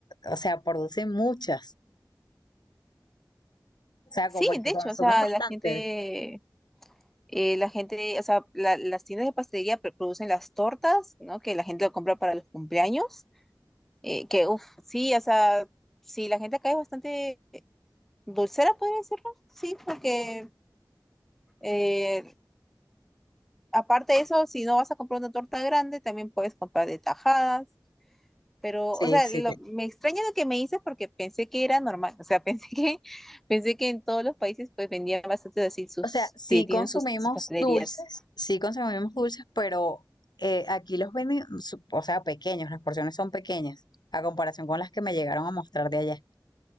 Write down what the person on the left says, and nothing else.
o sea, producen muchas, o sea,
como que
consumen
bastante.
Sí,
sí,
sí.
O sea, sí
consumimos
dulces, sí consumimos dulces, pero eh, aquí los venden, su- o sea, pequeños, las porciones son pequeñas, a comparación con las que me llegaron a mostrar de allá.